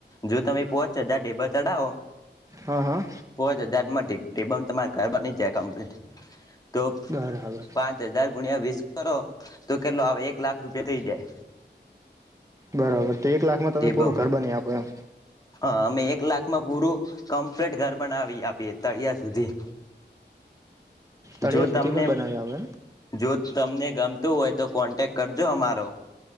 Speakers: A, on the left (about 20°); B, on the right (about 15°).
A: જો તમે પોહચ હજાર ઢેબા ચઢાવો
B: હા હા
A: પોહચ હજાર માટે તમારે ઘર બની જાય કમ્પ્લીટ તો
B: બરાબર
A: પાંચ હજાર ગુણ્યા વીસ કરો તો કેટલો આવે એક લાખ રૂપિયા થઈ જાય
B: બરાબર તો એક એક લાખમાં તમે
A: ટેબો
B: પૂરું ઘર બની આપો એમ
A: હા અમે એક લાખમાં પૂરું કમ્પ્લીટ ઘર બનાવી આપી તળિયા સુધી
B: તળિયા
A: જો
B: સુધી
A: તમને
B: પણ
A: એમ
B: બનાવી આપો એમ
A: જો તમને ગમતું હોય તો કોન્ટેક્ટ કરજો અમારો